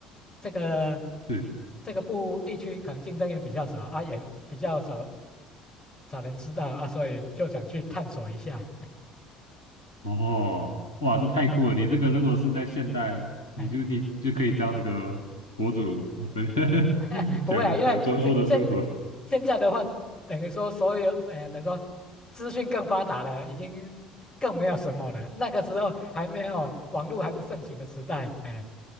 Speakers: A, on the left; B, on the left.
A: 这个
B: 是
A: 这个部地区可能竞争也比较少啊，也比较少少人知道啊，所以就想去探索一下。
B: 哦，哇，这太酷了！你这个如果是在现代，你就你就可以当那个博主，
A: 哎
B: <laughs>
A: <laughs> 哎，不会啊，
B: 讲讲中欧的生活，
A: 因为现现在现在的话，等于说所有，呃，等于说资讯更发达了，已经更没有什么了。那个时候还没有网络还不盛行的时代，哎，